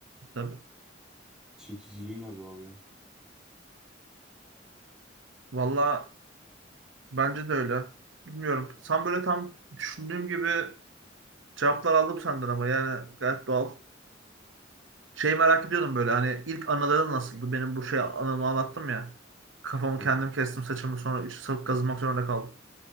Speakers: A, on the right; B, in the centre.
A: tabii.
B: Çekiciliğin azalıyor.
A: Valla bence de öyle. Bilmiyorum. Sen böyle tam düşündüğüm gibi cevaplar aldım senden ama yani gayet doğal. Şey merak ediyordum böyle hani ilk anıların nasıldı? Benim bu şey anımı anlattım ya. Kafamı
B: Hmm.
A: kendim kestim saçımı sonra içi sarıp kazımak zorunda kaldım.